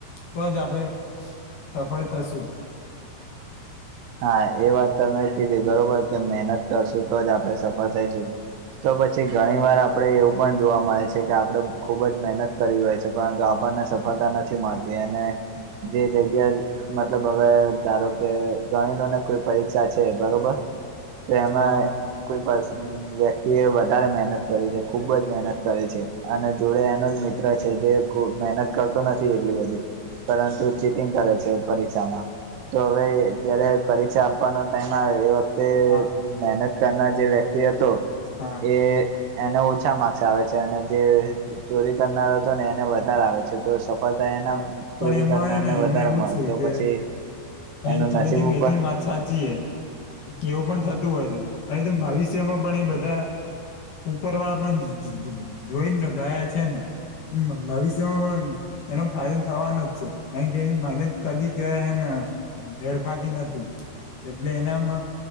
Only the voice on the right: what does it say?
હા એ વાત તમે કીધી બરોબર કે મહેનત કરશું તો જ આપણેે સફળ થઈશું. તો પછી ઘણી વાર આપણેે એવું પણ જોવા મળે છે કે આપડણે ખુબ જ મહેનત કરી હોય છે પરંતુ આપ. આપને સફળતા નથી મળતી અને જે જગ્યા મતલબ હવે ધારો કે ગણી લો ને કોઈ પરીક્ષા છે. બરોબર તો એમાં
કોઈ વ્યક્તિ એ વધારે મહેનત કરી છે. ખુબ જ મહેનત કરી છે અને જોડે એનો જ મિત્ર છે. જે મહેનત કરતો નથી એટલી બધી પરંતુ ચીટિંગ કરે છે પરીક્ષામાં. તો હવે. જયારે પરીક્ષા આપવાનો ટાઈમ આવે એ વખતે
મહેનત કરનાર જે વ્યક્તિ હતો.
એ એને ઓછા માર્ક્સ આવે છે. અને જે ચોરી કરનાર હતો ને એને વધારે આવે છે તો સફળતા એના
ચોરી
કરનારને
વધારે
મળે
તો
પછી.
એનું
નસીબ ઉપર